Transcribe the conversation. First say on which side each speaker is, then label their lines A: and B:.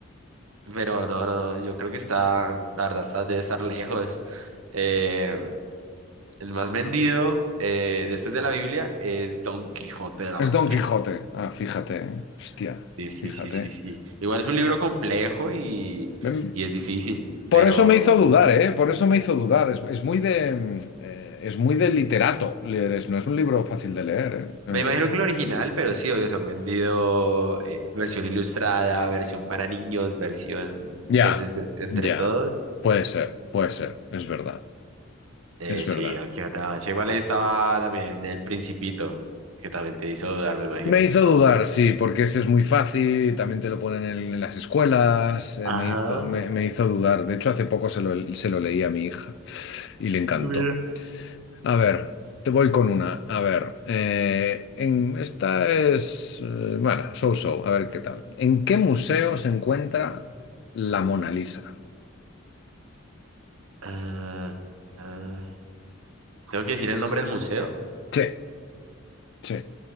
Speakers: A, on the right; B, on the left.
A: Pero no, no, no, yo creo que está, la verdad, está, debe estar lejos. Eh, el más vendido eh, después de la Biblia es Don Quijote de la Mancha.
B: Es Don Quijote. Ah, fíjate, ¿eh? Hostia,
A: Sí, sí,
B: fíjate.
A: sí, sí, sí. Igual es un libro complejo y,
B: Ven,
A: y es difícil,
B: Por
A: pero
B: eso me hizo dudar, ¿eh? Por eso me hizo dudar. Es, es muy de, mm, eh, es muy de literato leer eso. No es un libro fácil de leer, ¿eh?
A: Me
B: Eh,
A: imagino que el original, pero sí, obvio, se han vendido eh, versión ilustrada, versión para niños, versión...
B: ya,
A: Entonces, eh, entre
B: ya.
A: todos,
B: Puede ser, puede ser. Es verdad,
A: eh,
B: es verdad.
A: sí, Don Quijote de la Mancha. Igual ahí estaba también El Principito, que también te hizo dudar, me imagino,
B: Me hizo
A: ¿o
B: dudar,
A: no?
B: sí, porque ese es muy fácil, también te lo ponen en, en las escuelas, eh,
A: Ajá,
B: me hizo, me, me hizo dudar. De hecho, hace poco se lo, se lo leí a mi hija y le encantó.
A: mira.
B: A ver, te voy con una. A ver, eh, en, esta es, eh, bueno, so-so, a ver qué tal. ¿En qué museo se encuentra la Mona Lisa?
A: Ah, ah, tengo que decir el nombre del museo.
B: Sí, sí.